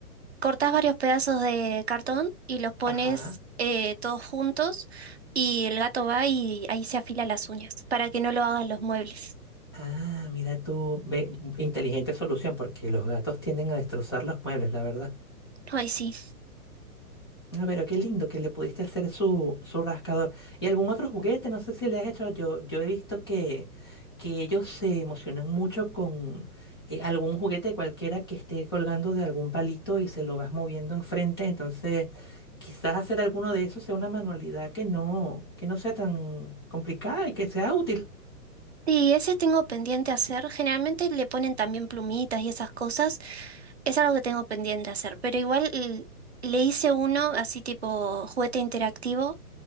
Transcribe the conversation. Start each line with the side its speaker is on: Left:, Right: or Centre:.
Right: cortás varios pedazos de cartón y los pones
Left: <laughs> Ajá.
Right: eh, todos juntos y el gato va y ahí se afila las uñas para que no lo hagan los muebles.
Left: Ah, mira tú. Ve, inteligente solución, porque los gatos tienden a destrozar los muebles, la verdad.
Right: Ay, sí.
Left: Ah, pero qué lindo que le pudiste hacer su, su rascador. ¿Y algún otro juguete? No sé si le has hecho. Yo, yo he visto que, que ellos se emocionan mucho con eh, algún juguete cualquiera que esté colgando de algún palito y se lo vas moviendo enfrente. Entonces, quizás hacer alguno de esos sea una manualidad que no, que no sea tan complicada y que sea útil.
Right: Y ese tengo pendiente hacer. Generalmente le ponen también plumitas y esas cosas. Es algo que tengo pendiente hacer. Pero igual l- le hice uno así tipo juguete interactivo.